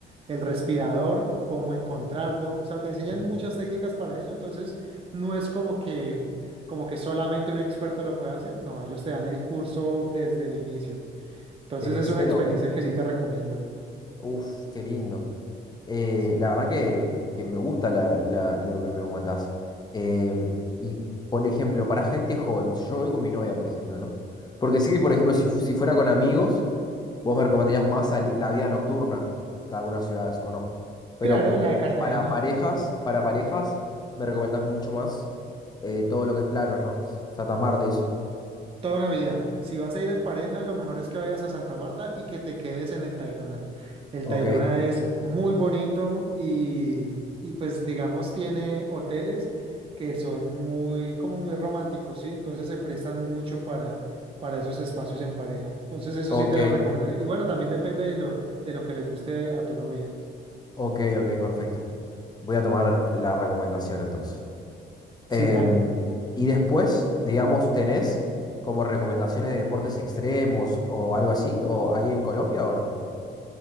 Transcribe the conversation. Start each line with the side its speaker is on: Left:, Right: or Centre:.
Right: el respirador, cómo encontrarlo.
Left: Mm,
Right: O sea, te enseñan
Left: ujú.
Right: muchas técnicas para eso. Entonces... No es como que, como que solamente un experto lo puede hacer. No, ellos te dan el curso desde el inicio. Entonces
Left: Desde
Right: es
Left: cero.
Right: una experiencia que sí te recomiendo.
Left: Uf, qué lindo. Eh,
Right: Sí.
Left: la verdad que, que me gusta la, la- lo que me comentás. Em, y, por ejemplo, para gente joven, si yo voy con mi novia, por ejemplo, ¿no? Porque sé que, por ejemplo, si, fu- si fuera con amigos. Vos me recomendarías más sali- la vida nocturna de algunas ciudades, ¿o no? Pero
Right: Claro, la de Cartagena.
Left: para parejas, para parejas, me recomendás mucho más eh, todo lo que es playas, ¿no? Santa Marta y eso.
Right: Toda una vida. Si vas a ir en pareja, lo mejor es que vayas a Santa Marta y que te quedes en el Tayrona. El
Left: Ok,
Right: Tayrona es muy bonito y, y pues digamos tiene hoteles que son muy, como muy románticos, ¿sí? Entonces se prestan mucho para, para esos espacios en pareja. Entonces eso
Left: ok,
Right: sí te lo recomendaré. Y bueno, también depende de lo, de lo que le guste a tu novia.
Left: ok, ok, perfecto. Voy a tomar la recomendación entonces.
Right: Sí,
Left: Em,
Right: dale.
Left: y después, digamos, ¿tenés como recomendaciones de deportes extremos o algo así? ¿O ahí en Colombia o no?